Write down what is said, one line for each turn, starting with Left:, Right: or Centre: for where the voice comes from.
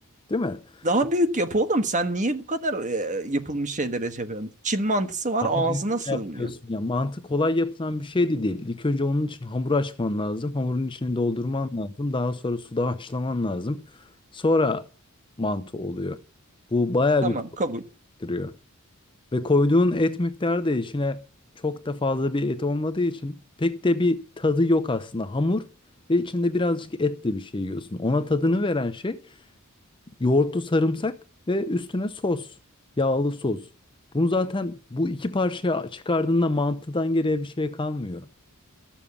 Left: Değil mi?
Right: Daha
Left: Bu
Right: büyük yap oğlum. Sen niye bu kadar e, yapılmış şeylere şey yapıyorsun? Çin mantısı var
Left: daha
Right: ağzına
Left: büyük
Right: sığmıyor.
Left: yapıyorsun. Ya mantı kolay yapılan bir şey de değil. İlk önce onun için hamur açman lazım. Hamurun içini doldurman lazım. Daha sonra suda haşlaman lazım. Sonra mantı oluyor. Bu bayağı
Right: Tamam
Left: bir
Right: kabul.
Left: gerektiriyor. Ve koyduğun et miktarı da içine çok da fazla bir et olmadığı için pek de bir tadı yok aslında. Hamur ve içinde birazcık etle bir şey yiyorsun. Ona tadını veren şey yoğurtlu sarımsak ve üstüne sos, yağlı sos. Bunu zaten bu iki parçaya çıkardığında mantıdan geriye bir şey kalmıyor.